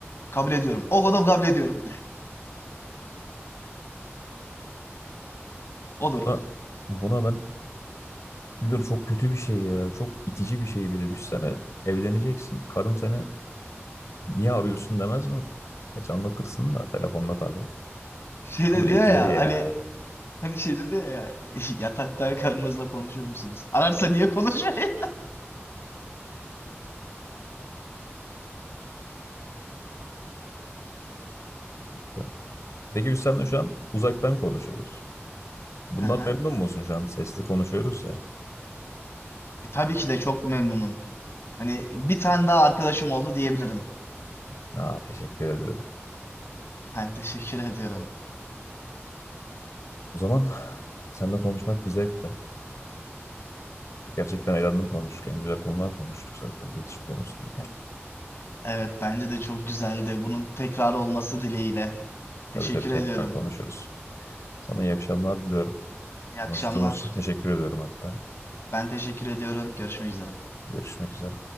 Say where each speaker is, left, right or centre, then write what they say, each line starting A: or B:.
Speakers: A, on the left; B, on the left.
A: Kabul ediyorum. O kadar kabul ediyorum. <laughs>
B: Buna,
A: Olur.
B: buna ben biliyorum çok kötü bir şey ya. Çok itici bir şey bir de. Düşsene evleneceksin. Karın seni Niye arıyorsun demez mi? Gerçi anlatırsın da telefonla tabii.
A: Şey
B: Kabul
A: dedi
B: edilir
A: ya
B: ya.
A: hani hani şey dedi ya <laughs> yatakta karınızla konuşur musunuz? Ararsa niye konuşmayın? <laughs>
B: Cidden. Peki biz seninle şu an uzaktan konuşuyoruz. Bundan
A: Hı hı.
B: memnun musun şu an? Sesli konuşuyoruz ya.
A: E, tabii ki de çok memnunum. Hani bir tane daha arkadaşım oldu diyebilirim.
B: Aa teşekkür ediyorum.
A: Ben <laughs> teşekkür ediyorum.
B: O zaman seninle konuşmak bir zevkti. Gerçekten eğlendim konuşurken. Güzel konular konuştuk zaten iletişim konusunda.
A: Evet bence de çok güzeldi. Bunun tekrar olması dileğiyle. Teşekkür
B: Tabii tabii tekrar
A: ediyorum.
B: konuşuruz. Sana iyi akşamlar diliyorum.
A: İyi
B: Konuştuğumuz
A: akşamlar.
B: için teşekkür ediyorum hatta.
A: Ben teşekkür ediyorum. Görüşmek üzere.
B: Görüşmek üzere.